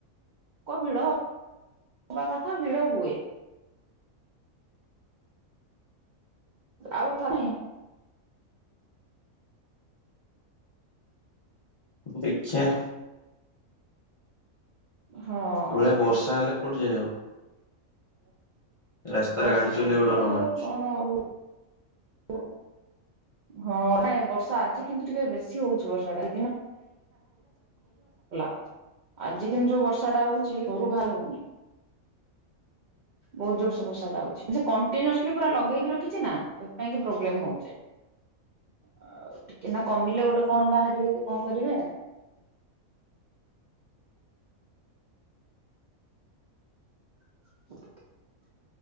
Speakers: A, on the right; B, on the left.
A: କ ଭିଡ ହବା କଥା ଭିଡ ହୁଏ। ଆଉ ଥରେ
B: ଦେଖିଆ?
A: ହଁ
B: ଏଇଭଳିଆ ବର୍ଷା ହେଲେ କୋଉଠି ଯାଇହବ। ରାସ୍ତାରେ
A: ବର୍ଷା
B: ଗାଡି ଚଲେଇବାକୁ
A: ହେଲେ
B: ଡର
A: ଆଉ
B: ମାଡୁଚି।
A: କଣ ଆଉ <inaudible> ହଁ ନାଇଁ ବର୍ଷା ଆଜି କିନ୍ତୁ ଟିକେ ବେଶୀ ହଉଛି ବର୍ଷା ଟା <unintelligible> ଆଜି କିନ୍ତୁ ଯୋଉ ବର୍ଷା ଟା ହଉଛି ଘରୁ ବାହାରି ହଉନି। ବହୁତ ଜୋରସୋ ବର୍ଷା ଟା ହଉଛି ସେ କଣ୍ଟିନିୟସଲି ପୁରା ଲଗେଇ ରଖିଛି ନା ସେଥିପାଇ କି ପ୍ରୋବ୍ଲେମ ହୋଉଛି। ଆ ଟିକେ ନା କମିଲେ ଗୋଟେ କଣ ବାହାରିବେ କି କଣ କରିବେ। <inaudible>